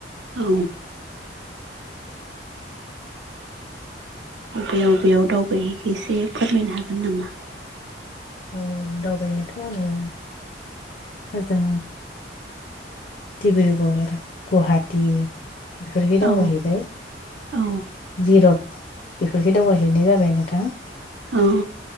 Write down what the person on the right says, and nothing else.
औ बेयाव बेयाव दावबायहैखो एसे फोरमायनो हागोन नामा?
औ
औ
ओ